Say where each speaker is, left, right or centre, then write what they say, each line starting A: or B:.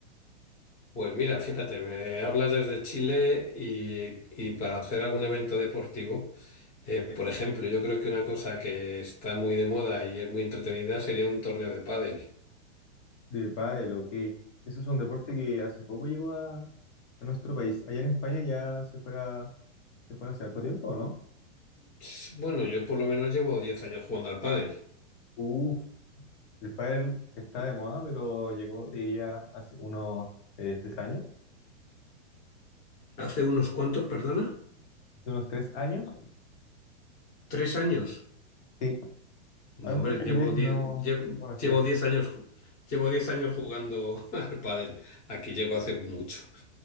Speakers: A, on the left; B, on the left.
A: Pues mira, fíjate, me hablas desde Chile y, y para hacer algún evento deportivo, eh, por ejemplo, yo creo que una cosa que está muy de moda y es muy entretenida sería un torneo de pádel.
B: de pádel o qué. Eso es un deporte que hace poco llegó a, a nuestro país. Allá en España ya se juega, se juega hace harto tiempo, ¿o no?
A: Ch- Bueno, yo por lo menos llevo 10 años jugando al pádel.
B: Uf, el pádel está de moda, pero llegó, te diría, hace unos eh, tres años.
A: ¿Hace unos cuantos, perdona?
B: Hace unos tres años.
A: ¿Tres años?
B: Sí,
A: No,
B: antes
A: hombre,
B: te
A: llevo
B: diría que
A: 10,
B: no
A: lle-
B: conocía.
A: llevo 10 años, ju- llevo 10 años jugando <laughs> al pádel. Aquí llego hace mucho.